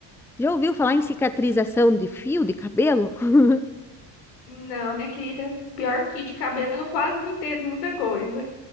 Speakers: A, in the centre; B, on the left.
A: Já ouviu
B: Nossa.
A: falar em cicatrização de fio de cabelo? <laughs>
B: Não, minha querida, pior que de cabelo, eu quase não entendo muita coisa.